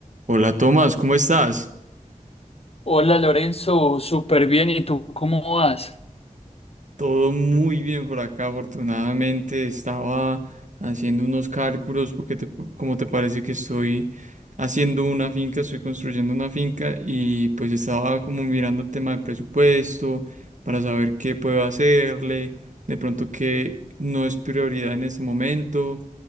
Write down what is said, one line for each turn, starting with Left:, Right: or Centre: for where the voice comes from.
Right: Hola Tomás, ¿cómo estás?
Left: Hola Lorenzo, súper bien. ¿Y tú cómo vas?
Right: Todo muy bien por acá, afortunadamente. Estaba haciendo unos cálculos porque te- como te parece que estoy haciendo una finca, estoy construyendo una finca y pues estaba como mirando el tema de presupuesto para saber qué puedo hacerle, de pronto qué no es prioridad en este momento